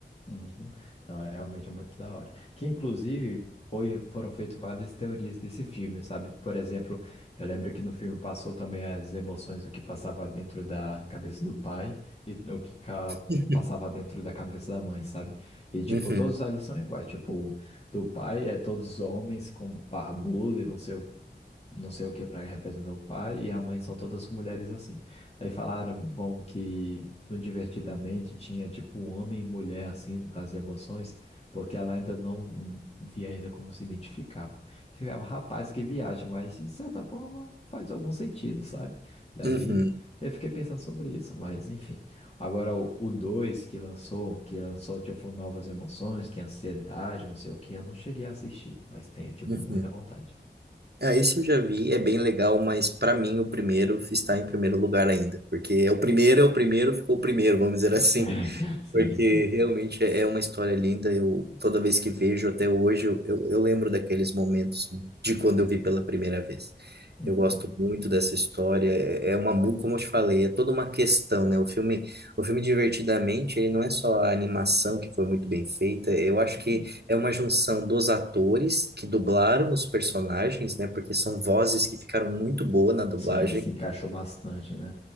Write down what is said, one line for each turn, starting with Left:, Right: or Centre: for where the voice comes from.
Left: Uhum. Não, é realmente é muito da hora. Que inclusive foi, foram feitas várias teorias desse filme, sabe? Por exemplo, eu lembro que no filme passou também as emoções, o que passava dentro da cabeça do pai e o que ca-
Right: <laughs>
Left: passava dentro da cabeça da mãe, sabe? E tipo,
Right: Uhum,
Left: todos ali são iguais. Tipo, do pai é todos homens com barbudo e não sei o não sei o que para representar o pai, e a mãe são todas mulheres assim. Aí falaram, bom, que no Divertidamente tinha tipo homem e mulher assim, as emoções, porque ela ainda não via ainda como se identificava. Ficava, rapaz, que viagem, mas de certa forma faz algum sentido, sabe? Daí
Right: uhum,
Left: eu fiquei pensando sobre isso, mas enfim. Agora o 2 que lançou, que lançou tipo novas emoções, que é ansiedade, não sei o que, eu não cheguei a assistir, mas tenho tipo
Right: uhum.
Left: muita vontade.
Right: Ah, esse eu já vi, é bem legal, mas para mim o primeiro está em primeiro lugar ainda, porque é o primeiro, é o primeiro, ficou o primeiro, vamos dizer assim.
Left: <laughs> Sim,
Right: Porque
Left: sim.
Right: realmente é é uma história linda. Eu toda vez que vejo até hoje, eu, eu, eu lembro daqueles momentos de quando eu vi pela primeira vez.
Left: Uhum,
Right: Eu gosto muito dessa história. É é uma, mu- como eu te falei, é toda uma questão, né? O filme, o filme Divertidamente, ele não é só a animação que foi muito bem feita. Eu acho
Left: uhum.
Right: que é uma junção dos atores que dublaram os personagens, né? Porque são vozes que ficaram muito boas na dublagem.
Left: Sim, se encaixou bastante, né?